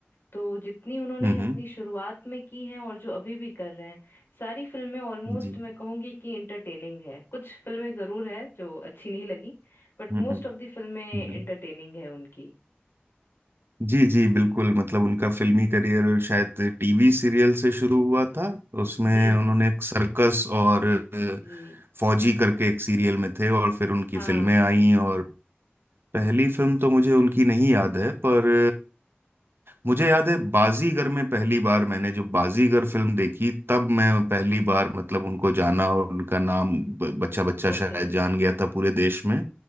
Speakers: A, on the left; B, on the right.
A: तो जितनी उन्होंने
B: हम्म हम्म
A: अपनी शुरुआत में की हैं और जो अभी भी कर रहे हैं सारी फिल्में ऑलमोस्ट
B: जी
A: मैं कहूंगी कि इंटरटेनिंग है कुछ फिल्में जरूर है जो अच्छी नहीं लगी बट
B: हम्म
A: मोस्ट
B: हम्म
A: ऑफ द फिल्में
B: हम्म।
A: इंटरटेनिंग है उनकी
B: जी जी बिल्कुल मतलब उनका फिल्मी करियर शायद टीवी सीरियल से शुरू हुआ था उसमें
A: जी
B: उन्होंने एक सर्कस और अ,
A: जी
B: फौजी करके एक सीरियल में थे और फिर उनकी
A: हाँ
B: फिल्में आई और पहली फिल्म तो मुझे उनकी नहीं याद है पर मुझे याद है बाजीगर में पहली बार मैंने जो बाजीगर फिल्म देखी तब मैं पहली बार मतलब उनको जाना और उनका नाम ब- बच्चा बच्चा
A: ओके
B: शायद जान गया था पूरे देश में